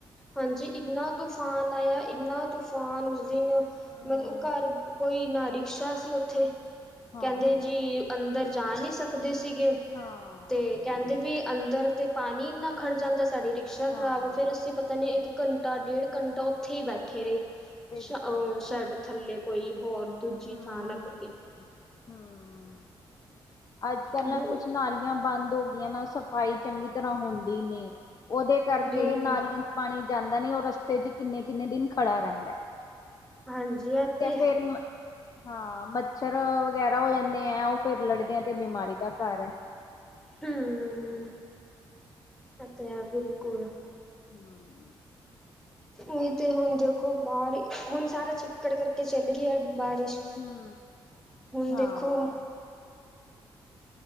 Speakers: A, in the centre; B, on the left.
A: ਹਾਂਜੀ ਇੰਨਾ ਤੂਫਾਨ ਆਇਆ ਇੰਨਾ ਤੂਫਾਨ ਉਸ ਦਿਨ।
B: ਹੂੰ
A: ਮਤਲਬ ਘਰ ਕੋਈ ਨਾ ਰਿਕਸ਼ਾ ਸੀ ਉੱਥੇ,
B: ਹਾਂ
A: ਕਹਿੰਦੇ ਜੀ ਅੰਦਰ ਜਾ ਨਹੀਂ ਸਕਦੇ ਸੀਗੇ
B: ਹਾਂ
A: ਤੇ ਕਹਿੰਦੇ ਵੀ ਅੰਦਰ ਤੇ ਪਾਣੀ ਇਨਾ ਖੜ ਜਾਂਦਾ ਸਾਡੀ ਰਿਕਸ਼ਾ
B: ਹਾਂ
A: ਖਰਾਬ ਫੇਰ ਅਸੀਂ ਪਤਾ ਨੀ ਇੱਕ ਘੰਟਾ, ਡੇਢ ਘੰਟਾ ਉੱਥੇ ਹੀ ਬੈਠੇ ਰਹੇ
B: ਬਿਲਕੁਲ
A: ਸ਼ਾਇਡ ਥੱਲੇ ਕੋਈ ਹੋਰ। ਦੂਜੀ
B: ਹੂੰ
A: ਥਾਂ ਲੱਭ
B: ਹੂੰ
A: ਕੇ।
B: ਹੂੰ ਅੱਜ ਕੱਲ
A: ਬਹੁ
B: ਨਾ ਕੁਛ ਨਾਲੀਆਂ ਬੰਦ ਹੋ- ਨਾ ਸਫ਼ਾਈ ਚੰਗੀ ਤਰਾਂ ਹੁੰਦੀ ਨੀ ਉਹਦੇ ਕਰਕੇ
A: ਬਿਲਕੁਲ
B: ਨਾਲੀਆਂ, ਪਾਣੀ ਜਾਂਦਾ ਨੀ ਉਹ ਰਸਤੇ ਚ ਕਿੰਨੇ- ਕਿੰਨੇ ਦਿਨ ਖੜਾ ਰਹਿੰਦਾ।
A: ਹਾਂਜੀ ਇਹ
B: ਠੀਕ
A: ਤੇ
B: ਹੈ, ਫੇਰ ਮ ਹਾਂ ਮੱਛਰ ਵਗੈਰਾ ਹੋ ਜਾਂਦੇ ਆ, ਉਹ ਫੇਰ ਲੜਦੇ ਆ ਤੇ ਬਿਮਾਰੀ ਦਾ ਘਰ ਹੈ।
A: ਹੂੰ ਐ ਤੇ ਆ ਬਿਲਕੁਲ।
B: ਹੂੰ।
A: ਉ ਤੇ ਹੁਣ ਦੇਖੋ ਬਾਹਰ ਹੁਣ ਸਾਰਾ ਚਿੱਕੜ ਕਰਕੇ ਚੱਲ ਗਿਆ ਬਾਰਿਸ਼।
B: ਹੂੰ,
A: ਹੁਣ
B: ਹਾਂ।
A: ਦੇਖੋ